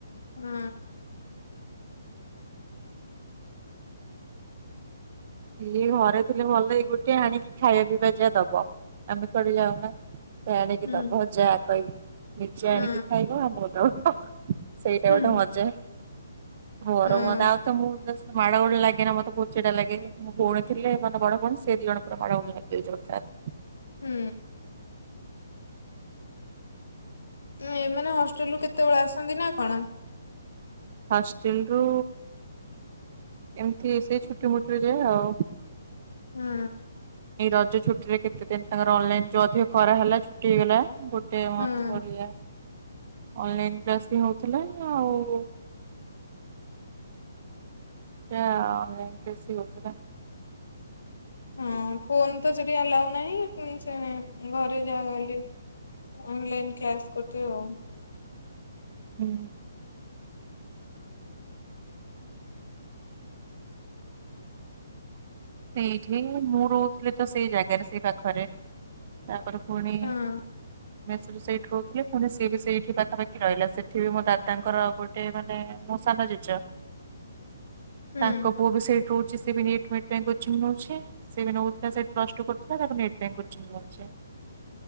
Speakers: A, on the left; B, on the right.
A: ହୁଁ।
B: ଇଏ ଘରେ ଥିଲେ ଭଲ, ଏଇ ଗୋଟେ ଆଣିକି ଖାଇବା ପିଇବା ଯା ଦବ ଆମେ କୁଆଡେ ଯାଉନା। ସେ ଆଣିକି
A: ହୁଁ
B: ଦବ ଯାହା କହିବି ନିଜେ
A: ହଁ
B: ଆଣିକି ଖାଇବ ଆମକୁ ଆଣିକି ଦବ। ସେଇଟା
A: ହୁଁ
B: ଗୋଟେ ମଜ୍ଜା। ହର
A: ହଁ
B: ହ ଆଉ ତ ମୁ ଦ ମାଡ଼ୋ ଲାଗେନା ମତେ ବହୁତ୍ ଚିଡା ଲାଗେ। ମୋ ଭଉଣୀ ଥିଲେ ମାନେ ବଡ ଭଉଣୀ ସେ ଦିଜଣ ପୁରା ମାଡ ଗୁଳ ଲାଗିବେ ଯୋର୍ ଦାର୍।
A: ହୁଁ। ଉଁ ଏମାନେ ହଷ୍ଟେଲ ରୁ କେତେବେଳେ ଆସନ୍ତି ନା କଣ?
B: ହଷ୍ଟେଲ ରୁ ଏମିତି ସେଇ ଛୁଟି ମୁଟିରେ ଯା ଆଉ।
A: ହୁଁ।
B: ଏଇ ରଜ ଛୁଟି ରେ କେତେ ଦିନ ତାଙ୍କର ଅନଲାଇନ ଯୋଉ ଅଧିକ ଖରା ହେଲା ଛୁଟି ହେଇଗଲା। ଗୋଟେ ମନ୍ଥ
A: ହଁ।
B: ଭଳିଆ ଅନଲାଇନ୍ କ୍ଲାସ ବି ହଉଥିଲା ଆଉ ସେଟା ଅନ୍ଲାଇନ୍ ବେଶି ହୋଉଥିଲା।
A: ହଁ ଫୋନ୍ ତ ସେଠି ଆଲାଉ ନାହିଁ ସେ ଘରେ ଯାହା ଗଲି। ଅନ୍ଲାଇନ୍ କ୍ଲାସ କରୁଥିବେ ଆଉ।
B: ହୁଁ। ସେଇଠି ମୁଁ ରହୁଥିଲି ତ ସେଇ ଜାଗାରେ ସେଇ ପାଖରେ ତାପରେ ପୁଣି
A: ହଁ
B: ମେସରୁ ସେଇଠି ରହୁଥିଲି, ପୁଣି ସିଏ ବି ସେଇଠି ପାଖପାଖି ରହିଲା, ସେଠି ବି ମୋ ଦାଦାଙ୍କର ଆଉ ଗୋ ଟେ ମାନେ ମୋ ସାନ ଜେଜ
A: ହୁଁ
B: ତାଙ୍କ ପୁଅ ବି ସେଇଠୁ ରହୁଛି, ସେ ବି ନିଟ ମିଟ ପାଇଁ କୋଚିଙ୍ଗ ନଉଛି, ସେ ବି ନଉଥିଲା ସେଟି ପ୍ଲସଟୁ କରୁଥିଲା, ତାପରେ ନିଟ ପାଇଁ କୋଚିଙ୍ଗ ନଉଛି।